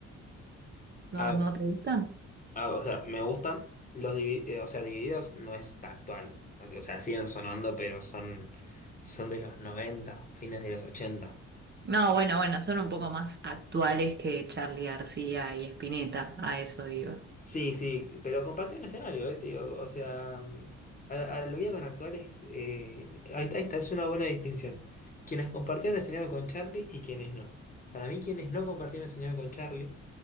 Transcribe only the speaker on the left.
A
Ah, o sea, me gustan los divi- eh, o sea, Divididos no es tan actual. O sea, siguen sonando, pero son, son de los 90, fines de los 80.
Sí, sí, pero compartí un escenario, eh, te digo, o sea, mm, a, a lo que iba con actuales, eh, ahí está, ahí es una buena distinción. Quienes compartieron escenario con Charlie y quienes no. Para mí, quienes no compartieron escenario con Charlie,